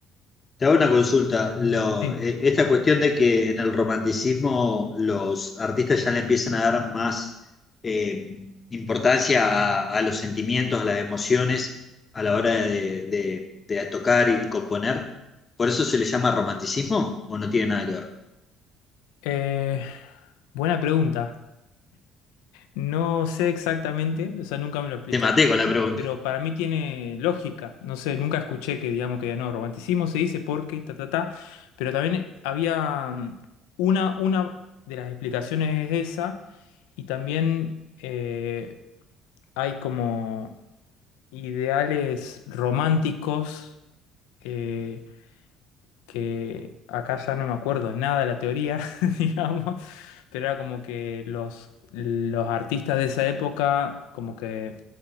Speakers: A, on the left; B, on the left.
A: Te hago una consulta. Lo-
B: Sí.
A: e- esta cuestión de que en el romanticismo los artistas ya le empiezan a dar más eh, importancia a, a los sentimientos, a las emociones a la hora de, de- de tocar y componer, ¿por eso se le llama romanticismo o no tiene nada que ver?
B: Eh, buena pregunta. No sé exactamente, o sea, nunca me lo explicaron
A: Te maté con
B: así,
A: la pregunta.
B: pero para mí tiene lógica. No sé, nunca escuché que, digamos, que no, romanticismo se dice porque, ta, ta, ta, pero también había mm, una, una de las explicaciones es esa, y también eh, hay como ideales románticos. eh, que acá ya no me acuerdo nada de la teoría, <laughs> digamos, pero era como que los, los artistas de esa época como que